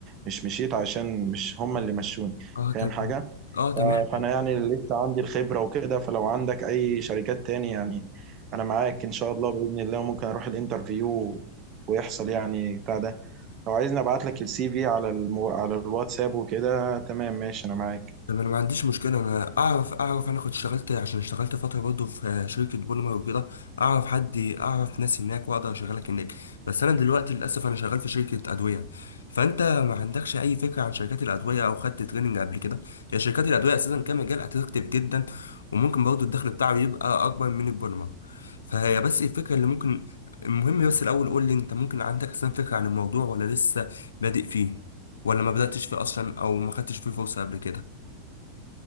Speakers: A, on the right (about 35°); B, on the left (about 70°).
A: مش مشيت عشان مش هم اللي مشوني
B: اه
A: فاهم
B: تمام
A: حاجه
B: اه تمام
A: ف- فانا يعني لسه عندي الخبره وكده فلو عندك اي شركات تاني يعني انا معاك ان شاء الله باذن الله ممكن اروح الانترفيو ويحصل يعني بتاع ده لو عايزني ابعت لك السي في على المو... على الواتساب وكده تمام ماشي انا معاك
B: طب انا ما عنديش مشكله انا اعرف اعرف انا كنت اشتغلت عشان اشتغلت فتره برضه في شركه بوليمر وكده اعرف حد اعرف ناس هناك واقدر اشغلك هناك بس انا دلوقتي للاسف انا شغال في شركه ادويه فانت ما عندكش اي فكره عن شركات الادويه او خدت تريننج قبل كده هي شركات الادويه اساسا كمجال اتراكتيف جدا وممكن برضه الدخل بتاعه يبقى اكبر من البوليمر فهي بس الفكره اللي ممكن المهم بس الاول قول لي انت ممكن عندك اصلا فكره عن الموضوع ولا لسه بادئ فيه ولا ما بداتش فيه اصلا او ما خدتش فيه فرصه قبل كده